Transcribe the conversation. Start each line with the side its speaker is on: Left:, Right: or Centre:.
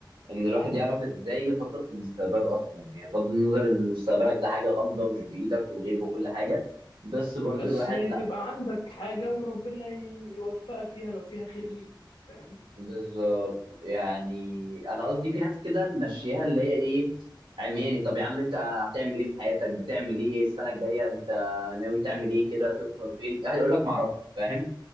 Right: ان الواحد يعرف ازاي يخطط في مستقبله اصلا يعني بغض النظر ان مستقبلك ده حاجه غامضه ومش بايدك وغيب وكل حاجه بس برضو
Left: بس
Right: الواحد
Left: تبقى عندك حاجة وربنا ي- يوفقك فيها لو فيها خير ليك فاهم
Right: بالظبط يعني انا قصدي في ناس كده ماشيها اللي هي ايه عمياني طب يا عم انت هتعمل ايه في حياتك بتعمل ايه السنه الجايه انت ناوي تعمل
Left: بالظبط
Right: ايه كده توصل فين هيقول لك ما اعرفش فاهم